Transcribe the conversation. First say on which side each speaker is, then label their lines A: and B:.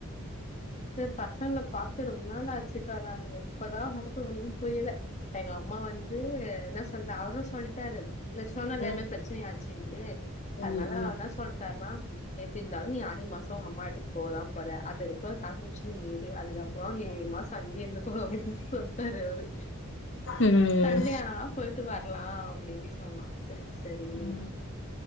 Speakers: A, on the left; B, on the left.
A: ச பசங்கல பாத்து ரொம்ப நாளாச் <unintelligible> எப்பதான் <unintelligible> புரியல எங்க அம்மா வந்து என்ன சொல்ற அவரும் சொல்ட்டாரு அந்த சொன்னல
B: ம்
A: இந்த மாரி பிரச்சனை ஆயிடுச்சுன்ட்டு அதனால
B: ம் ம்
A: அவ என்ன சொன்ட்டருனா எப்டி இருந்தாலும் நீ ஆடி மாசம் உங்க அம்மா வீட்டுக்கு போகதான் போற அது <unintelligible> அதுக்க அப்றம் நீ ஒரு மாசம் அங்கயே <unintelligible> சொல்ட்டாரு அவரு
B: ம்
A: சண்டே ஆனா போயிட்டு வரலாம் அப்டின்னு சொன்னா சரி சரி
B: ம்